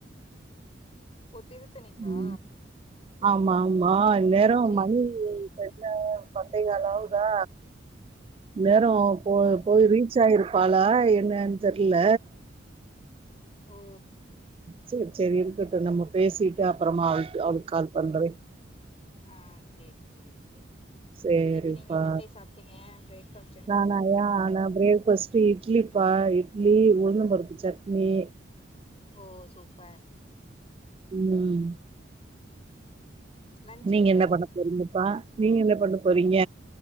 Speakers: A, on the left; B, on the right.
A: ஓ திருத்தணிக்கா
B: ம், ஆமா ஆமா இந்நேரோ
A: சேரி
B: மணி
A: சேரி
B: தெர்ல ஒரு பத் பத்தேகால் ஆவுதா இந்நேரோ போ
A: ம்
B: போய் ரீச் ஆய்ருக் பாலா என்னனு தெர்ல
A: ஓ
B: செர் செரி இருக்கட்டு நம்ம பேசிட்டு அப்றமா அவ்ளுக் அவ்ளுக்கு கால் பண்றே
A: ஆ செரி செரி தேங்க்
B: சரிப்பா
A: இன்னிக்கி நீங்க என்னத்தே சாப்டீங்க பிரேக்ஃபஸ்
B: நானாயா ஆனா பிரே ஹெஃபஸ்ட் இட்லிப்பா இட்லி உளுந்தம் பருப்பு சட்னி
A: ஓ சூப்பர்
B: ம்
A: லன்ச்சுக்கு
B: நீங்க என்ன
A: தே
B: பண்ண போறீங்கப்பா நீங்க என்ன பண்ண போறீங்க